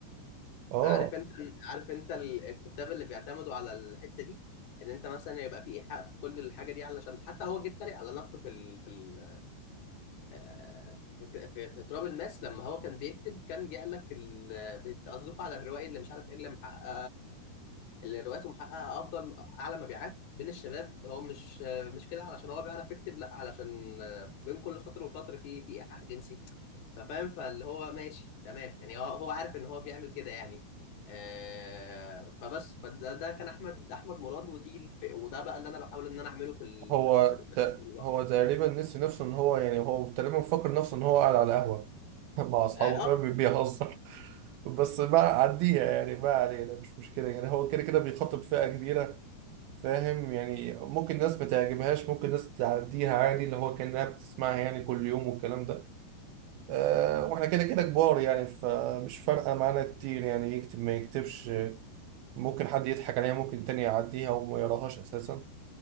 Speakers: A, on the right; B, on the left.
A: اه
B: عارف انت عارف انت ال- الكتاب اللي بيعتمدوا على الحته دي ان انت مثلا يبقى في ايحاء في كل الحاجه دي علشان حتى هو جه اتريق على نفسه في ال... في ال... آه، في في- في تراب الماس لما هو كان بيكتب كان جه قال لك ال... بتقصدكوا على الروائي اللي مش عارف ايه اللي محقق اللي روايته محققه افضل اعلى مبيعات بين الشباب هو مش مش كده علشان هو بيعرف يكتب لا علشان آه، بين كل سطر وسطر في في ايحاء جنسي فاهم فاللي هو ماشي تمام يعني هو هو عارف ان هو بيعمل كده يعني آه فبس فده ده كان احمد احمد مراد ودي الف... وده بقى اللي انا بحاول ان انا اعمله في ال...
A: هو
B: في الرومانسي
A: ت...
B: طول الوقت
A: هو تقريبا نسي نفسه ان هو يعني هو تقريبا فاكر نفسه ان هو قاعد على قهوه <laughs> مع اصحابه
B: اه
A: فاهم
B: آه،
A: بيهزر <laughs> بس بقى عديها يعني ما علينا مش مشكله يعني هو كده كده بيخاطب فئه كبيره فاهم يعني ممكن ناس ما تعجبهاش ممكن ناس تعديها عادي اللي هو كانها بتسمعها يعني كل يوم والكلام ده أه واحنا كده كده كبار يعني فمش فارقه معانا كتير يعني يكتب ما يكتبش ممكن حد يضحك عليها ممكن التاني يعديها وما يقراهاش اساسا